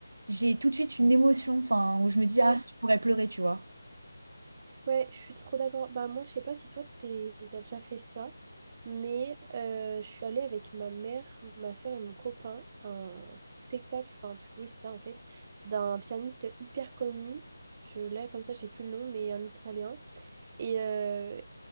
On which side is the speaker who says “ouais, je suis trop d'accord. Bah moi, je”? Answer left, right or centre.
Right